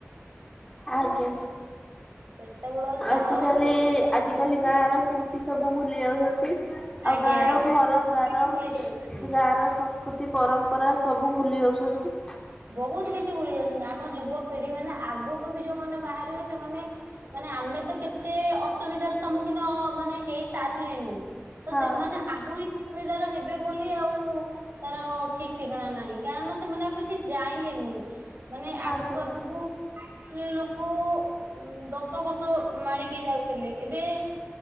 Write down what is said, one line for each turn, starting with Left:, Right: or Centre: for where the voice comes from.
Left: ଆଜ୍ଞା
Right: ସେତେବେଳର ଚାଳ
Left: ଆଜିକାଲି
Right: ନୁହଁ
Left: ଆଜିକାଲି ଗାଁ ର ସ୍ମୃତି ସବୁ ଭୁଲି ଯାଉସନ୍ତି। ଆଉ
Right: ଆଜ୍ଞା
Left: ଗାଁର
Right: ଆଜ୍ଞା
Left: ଘର
Right: ବହୁତ
Left: ଦ୍ୱାର
Right: କିଛି ଭୁଲି ଯାଉଛନ୍ତି।
Left: ଗାଁର ସସ ସଂକୃତି ପରମ୍ପରା ସବୁ ଭୁଲି ଯାଉସନ୍ତି।
Right: ବହୁତ କିଛି ଭୁଲି ଯାଉଛନ୍ତି ଆମ ଯୁବପିଢି ମାନେ ଆଗକୁ ବି ଯୋଉମାନେ ବାହାରିବେ ସେମାନେ ମାନେ ଆମେ ତ କେତେ ଏତେ ଅସୁବିଧାର ସମ୍ମୁଖୀନ ମାନେ ହେଇସାରିଲେଣି। ତ
Left: ହଁ
Right: ସେମାନେ ଆହୁରି ଅସୁବିଧାର ହେବେ ବୋଲି ଆଉ ତାର ଠିକ ଠିକଣା ନାହିଁ। କାରଣ ସେମାନେ ଆଉ କିଛି ଜାଇଲେନି ମାନେ ଆଗକୁ
Left: ଆଜ୍ଞା
Right: ଆଗକୁ
Left: ମ୍ୟାଡ଼ାମ।
Right: ଲି ଲୋକ ଉ ଦଶ କୋଷ ମାଡିକି ଯାଉଥିଲେ ଏବେ